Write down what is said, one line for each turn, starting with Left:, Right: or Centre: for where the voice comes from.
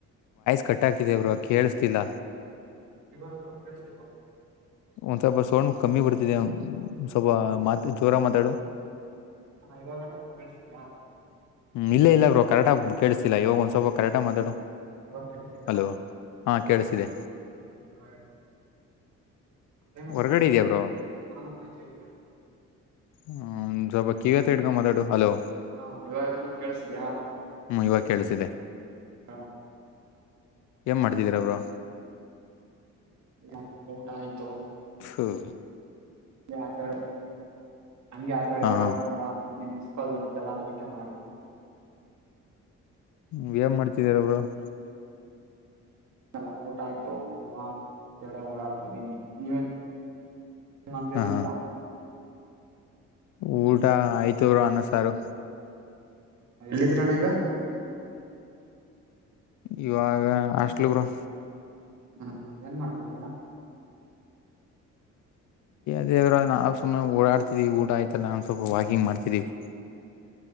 Left: ಕಟ್ಟಾಕಿದ ಬರು ಕೇಳಸ್ತಿಲ್ಲ
Right: ಇವಾಗ ಕೇಳಿಸ್ತಿಲ್ವಾ
Left: ಒಂದ್ ಸ್ವಲ್ಪ ಸೌಂಡ್ ಕಮ್ಮಿ ಬಿಡ್ತಿದೆ ಸ್ವಲ್ಪ ಮಾತ್ ಜೋರ ಮಾತಾಡು
Right: ಹಾ ಇವಾಗಣ್ಣ ಕೇಳ್ಸ್ಯಾ
Left: ಹ್ಮ ಇಲ್ಲ ಇಲ್ಲ ಬ್ರರು ಕರೆಕ್ಟಾಗಿ ಕೇಳಿಸತಿಲ್ಲ ಇವಾಗ ಒಂದ್ ಸ್ವಲ್ಪ ಕರೆಕ್ಟಾಗಿ ಮಾತಾಡು
Right: ಇವಾಗ ಕೆೇಳಸಿದನಾ
Left: ಹಲೋ ಹಾ ಕೇಳಿಸಿದೆ
Right: ಹ್ಮ <inaudible> ಅ
Left: ಹೊರಗಡೆ
Right: ಸ
Left: ಇದೆಯಾ ಬ್ರೋ
Right: ಹ ಹ <inaudible>
Left: ಹ್ಮ ಜಬ ಕಗತ ಇಡ್ಗ ಮ ಮಾತಾಡು ಹಲೋ
Right: ಹಾ ಇವಾಗನ ಕೇಳಸಿದ್ಯಾ
Left: ಹ್ಮ್ ಇವಾಗ ಕೇಳಿಸಿದೆ
Right: ಹ <inaudible>
Left: ಏಂ ಮಾಡ್ತಿದೀರಬ್ರು
Right: ಹ ಊಟ ಆಯ್ತು
Left: ಹ್ಮ <inaudible>
Right: ಆಚೆಡೆ ಹಂಗೆ ಆಚೆಗಡೆ
Left: ಹಾ
Right: ಓಡಾಡ್ತಾರ
Left: ಹಾ
Right: ನಿಮ್ ಮಿಸ್ಕಲ್ ಬ <inaudible> ಲ ಆಿಕ ಮಾಡುದು <inaudible>
Left: ್ಮ ಏನ್ ಮಾಡ್ತಿದಾರಬ್ರು <inaudible>
Right: ಲ್ಲ ಊಟ ಆಯ್ತು ಇವಾಗಳೆ ಓಡಾಡ್ತಾ ಇದ್ದೀನಿ ನೀವ ಮತ್ರಿದತ
Left: ಹಾ ಹಾ ಊಟ ಐತರು ಅನ್ನಸಾರು
Right: ಎಲ್ಲಿದೀರಣ ಈಗ
Left: ಇವಾಗ ಅಷ್ಟಲಿಗರು
Right: ಹ್ಮ್ ಏನ್ ಮಾಡ್ತಿದಿರಣ
Left: ದೇರ ನಾವು ಸುಮ್ಮ ಓಡಾಡ್ತಿದೀವಿ ಊಟ ಆಯ್ತಲ್ಲ ನಾ ಸ್ವಲ್ಪ ವಾಕಿಂಗ್ ಮಾಡ್ತಿದೀವಿ